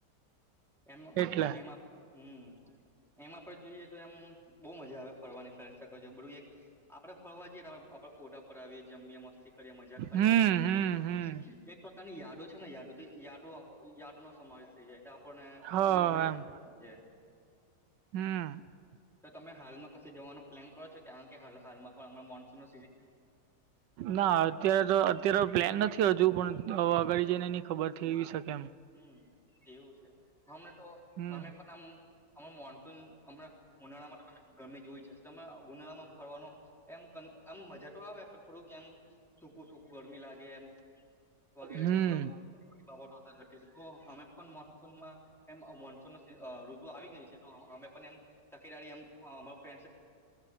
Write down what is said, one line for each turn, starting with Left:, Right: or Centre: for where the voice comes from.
Centre: એમનું
Right: એટલે
Centre: એમાં
Right: <inaudible>
Centre: હમ એમ આપડે જોઈએ તો એમ બહુ મજા આવે ફરવાની આપડે ફરવા જઈએ તો આપણે ફોટા પડાવ્યે જમીએ મસ્તી મજાક કરી
Right: હમ
Centre: એમ
Right: હમ
Centre: એક
Right: હમ
Centre: એક પ્રકારની યાાડો છે ને યાદો તે યાદો યાદનો સમાવેશ થઈ જાય એટલે આપણને
Right: હ
Centre: આમ ગણી
Right: એમ હમ
Centre: તો તમે હાલમાં કશે જવાનો પ્લાન કરો છો કારણ કે હાલ હાલમાં પણ હ મોનસૂન ન સીઝન
Right: ના અત્યારે તો અત્યારે પ્લાન નથી હજુ પણ આગળ જઈ ને એની ખબર થઈ શકે એમ
Centre: હમ એવું છે હમને તો
Right: હમ
Centre: અમે પણ આમ મોનસૂન હમણાં ઉનાળામાં ત ગરમી જોવી છે તમે ઉનાળામાં ફરવાનો એમ ક આમ મજા તો આવે પણ થોડુંક એમ સૂકું સૂકું ગરમી લાગે એમ વગેરે
Right: હમ
Centre: જેવું આમ બાબતો અસર કર તો અમે પણ મોનસૂનમાં એ મોનસૂન આ ઋતુ આવી ગઈ છે તો અમે પણ એમ તકેદારી એમ અમારા ફ્રેન્ડ સે